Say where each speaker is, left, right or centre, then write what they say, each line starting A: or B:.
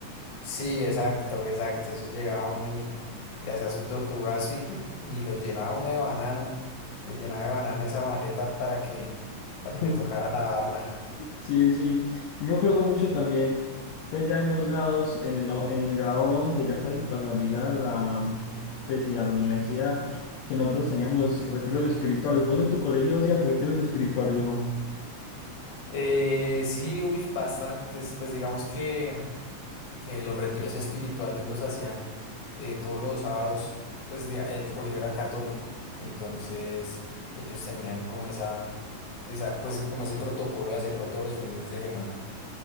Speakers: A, on the left (about 50°); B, on the left (about 75°).
A: Sí, exacto, exacto. Eso llegaba uno y le hacía su tortugazo y, <laughs> y lo llenaba uno de banano. Le llenaba de banano esa maleta para que, para que
B: <laughs>
A: le tocara lavarla.
B: Sí, sí, yo me acuerdo mucho también, pues ya en los grados, en el, o- en el grado 11 ya casi pasando a a la, pues sí, a la universidad, que nosotros teníamos retiros espirituales. ¿Vos en tu colegio hacían retiros espirituales o no?
A: Eh, sí, uy, bastantes. Pues digamos que eh, los retiros espirituales los hacían eh, todos los sábados, pues di- el colegio era católico, entonces ellos tenían como esa, esa, pues como ese protocolo de hacerlo todos los fines de semana.